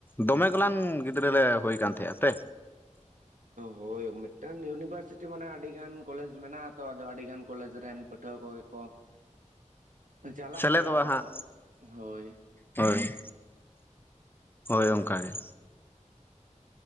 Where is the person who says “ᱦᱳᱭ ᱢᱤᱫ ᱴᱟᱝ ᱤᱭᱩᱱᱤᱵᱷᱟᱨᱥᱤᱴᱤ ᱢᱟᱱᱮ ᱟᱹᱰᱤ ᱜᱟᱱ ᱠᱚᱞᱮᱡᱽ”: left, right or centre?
Right